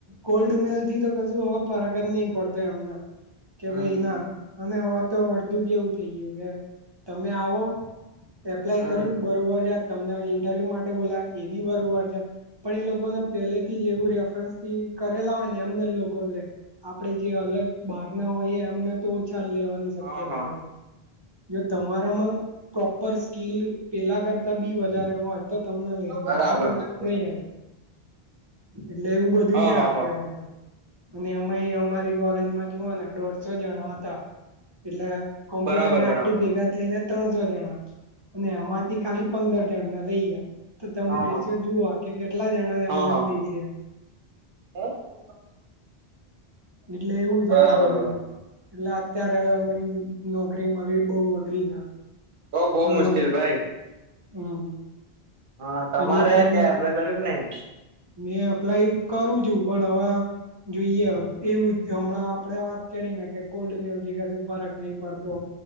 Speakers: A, on the right; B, on the right.
A: કોલ્ડ મિલ થી તો કજું હવે ફરક જ નહી પડતો એમના કે
B: હમ
A: ભાઈ ના અને હવે. તો અડધું કેવું થઈ ગયું કે તમે આવો એપ્લાય
B: હમ
A: કર્યું બરોબર જાત. તમને ઇન્ટરવ્યુ માટે બોલા એ બી વરબર છે પણ એ લોકોને પેલે. થી જેવું રેફરન્સ થી કરેલા હોય ને એમને લોકોને લે આપડે જે અલગ. બહાર ના હોય એમને તોછાલ લેવાની શક્યતા
B: હા હા
A: હોય. જો તમારામાં પ્રોપર સ્કીલ પેલા કરતા બી વધારે હોય. તો તમને લે બાકી
B: બરાબર
A: તો
B: બરાબર
A: નહી યદ. એટલે એવું બધું
B: હા
A: છે
B: હા
A: અત્યારે
B: હા
A: તો અને અમાં અમારી. કોલેજમાં જુઓ ને દોઢસો જણા હતા. એટલે કોમ્પ્યુટરને
B: બરાબર
A: આઈટી
B: બરાબર
A: ભેગા થઈને ત્રણસો જણા. અને એમાંથી ખાલી પંદર. લઈ ગયા તો તમે
B: હા
A: રેશિયો
B: હા
A: જુઓ કે કેટલા જણા એમને
B: હા હા
A: એમ બેશી રહ્યા.
B: <unintelligible>
A: એટલે એવું છે
B: બરાબર
A: આ બધું
B: બરાબર.
A: એટલે અત્યારે તો ભાઈ નોકરી મળવી બહુ અઘરી છે
B: ઓ બહું
A: અને
B: મુશ્કેલ ભાઈ.
A: હમ
B: હા તમારે
A: એટલે તમે
B: ક્યાં એપ્લાય કર્યું કે નહી.
A: મેં અપ્લાય કરું છું પણ હવે જોઈએ એવું હમણાં આપડે વાત કરી ને કે કોલ્ડ મિલ હજુ ફરક નહી પડતો.